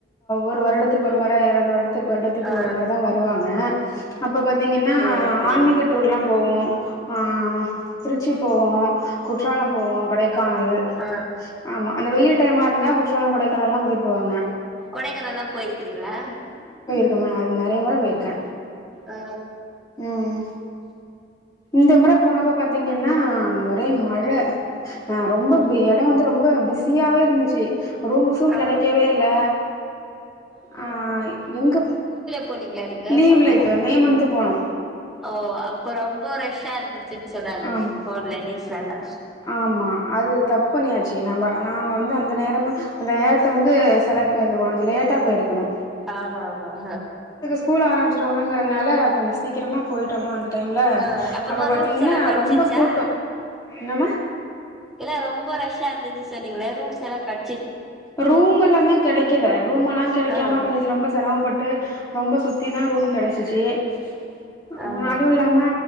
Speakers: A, on the left; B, in the centre.
A: ஒரு வருடத்துக்கு ஒரு மற இரண்டு வரு துக் வருடத்துக்கு
B: ஆ
A: ஒரு மற தா வருவாங்க இப்ப பாத்தீங்கனா
B: ஓ அப்படியா
A: ஆன்மீக டூர்லாம் போவோ ஆ திருச்சி போவோ குற்றாலம் போவோ கொடை க்கானலு
B: ஆ
A: ஆமா அங்க வெயில் டைம்மா இருந்தா குற்றால கொடைக்கானல்லா கூட்டிட்டு போவாங்க
B: கொடைக்கானல் தா போயிருக் கிறீங்களா
A: அ அது நெறய மொற போயிருக்கே
B: அ
A: ம் இந்த மொற போனப்ப பாத்தீங்கன்னா ஒரே மழ
B: ம்
A: ஆ ரொம்ப எட வந்து ரொம்ப பிஸியாவே இருந்துச்சு ரூம்ஸு
B: ஆ
A: கெடைக்கவே இல்ல ஆ எங்க
B: போனீங்ளா நீங்க
A: லீவ்ல
B: சம்மரோ
A: இப்ப மே மந்த்து போனோ
B: ஓ அப்ப ரொம்ப ரஷ் ரஷ்சா இருந்துச்சு <unintelligible>
A: ஆம்
B: தெர்ல
A: ஆமா அது கட் பண்ணியாச்சு நம்ம நா வந்து அந்த நேரம் அந்த நேரத்த வந்து செலெக்ட் பண்ணிருவாங்க குவிக்கா போயிர்கணு
B: ஆமா ஆமா அஹ
A: ஸ்கூல் ஆரம்பிச்சிருவாங்க கிறதுனால கொஞ்சோ சீக்கிரமா போயிட்டோமா அந்த டைம்ல
B: ஆ அப்புறமா
A: அப்ப பாத்தீங்னா
B: ரூம்ஸ் எல்லா கெடச்சிச்சா
A: ரொம்ப கூட்டோ என்னமா
B: இல்ல ரொம்ப ரஷ்ஷா இருந்துச்சு சொன்னீங்ள ரூம்ஸ் எலாம் கட்
A: ரூமெல்லாமே கெடைக்கல ரூம் எல்லா கெடைக்காம
B: ஆ
A: கொஞ்ச ரொம்ப சிரமப்பட்டு ரொம்ப சுத்தி தா ரூம் கெடச் <unintelligible>
B: ஆ
A: அதுவு இல்லாம